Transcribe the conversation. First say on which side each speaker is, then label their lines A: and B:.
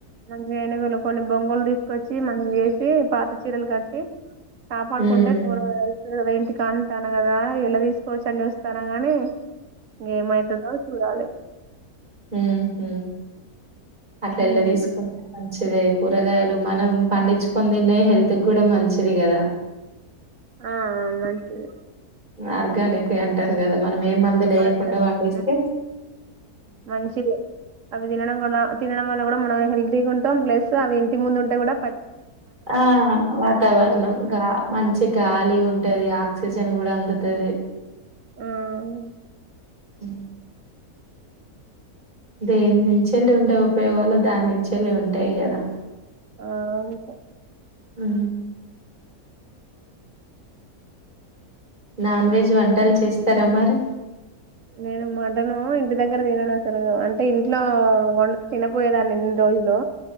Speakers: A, on the right; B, on the right.
A: మంచిగా ఏనుగులు కొన్ని బొంగులు దీసుకొచ్చి మ <inaudible> ఏసి పాత చీరలు గట్టి కాపాడుకుంటే
B: ఉమ్
A: కూర <inaudible> వేంటి కంటాన గదా ఎల్ల తీసుకోవచ్చని చూస్తాన గానీ ఇంగ ఏమైతదో చూడాలి
B: ఊహు అట్ల
A: ఉమ్,
B: ఎల్ల దీసుకు <inaudible> చిదే కూరగాయలు మనం పండిచ్చుకొని తిన్నయ్ హెల్త్ గూడా మంచిది గదా
A: ఆ ఆ మంచిదే
B: ఆర్గానికే అంటారు గదా మనం మేం మందులు ఏయకుండా
A: ఆర్గానిక్
B: పండిస్తే
A: మంచిది అవి తినడం వల్ల తినడం వల్ల కూడా మనం హెల్తీగా ఉంటాం ప్లస్ అవి ఇంటి ముందు ఉంటే కూడా ప
B: ఆ వాతావరణం
A: కదా
B: గా మంచి గాలి ఉంటది ఆక్సిజన్ కూడా అందుతది
A: ఆ
B: అ దేని నుంచేళ్ళి ఉండే ఉపయోగాలు దాని నుంచెళ్ళి ఉంటాయి కదా
A: ఆ అంతే
B: ఆ నాన్ వెజ్ వంటలు చేస్తారా మరి
A: నేను మటను ఇంటి దగ్గర తినను అసలు అంటే ఇంట్లో వండితే తినపోయేదాన్ని ఇన్ని రోజులు